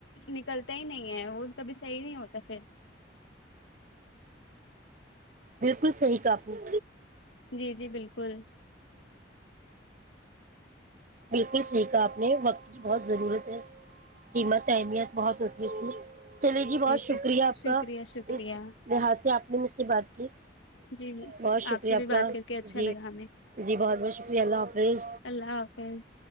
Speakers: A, on the left; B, on the right.
A: نکلتا ہی نہیں ہے وہ کبھی صحیح نہیں ہوتا پھر
B: بالکل صحیح کاپنی
A: جی جی بالکل
B: بالکل سیکھا آپ نے وقت کی بہت ضرورت ہے قیمت اہمیت بہت ہوتی ہے اس کی چلیے جی بہت شکریہ
A: شک-
B: آپ
A: شکریہ
B: کا
A: شکریہ
B: اس لحاظ سے آپ نے مجھ سے بات کی
A: جی
B: بہت شکریہ
A: سے
B: آپ
A: بھی بات
B: کا
A: کر کے اچھا
B: جی
A: لگا ہمیں
B: جی بہت بہت شکریہ اللہ حافظ
A: اللہ حافظ